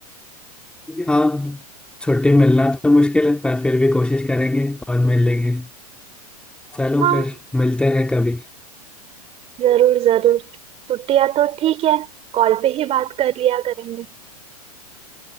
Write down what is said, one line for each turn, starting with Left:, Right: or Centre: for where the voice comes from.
Centre: हाँ छुट्टी मिलना तो मुश्किल है पर फिर भी कोशिश करेंगे और मिल लेंगे चलो
Right: हाँ
Centre: फिर मिलते हैं कभी
Right: जरूर जरूर छुट्टियां तो ठीक है कॉल पे ही बात कर लिया करेंगे